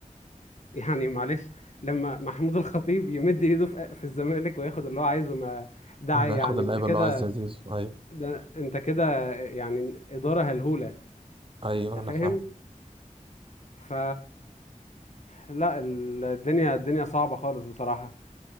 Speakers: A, on the left; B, on the right.
A: <laughs> يعني معلش لما محمود الخطيب يمد ايده في في الزمالك وياخد اللي هو عايزه ما ده يعني
B: ناخد اللعيبه
A: انت كده
B: اللي هو عايز زي زيزو ايوه
A: ده انت كده يعني إدارة هلهولة
B: ايوه
A: انت فاهم
B: انا فاهم
A: ف لا ال- الدنيا الدنيا صعبة خالص بصراحة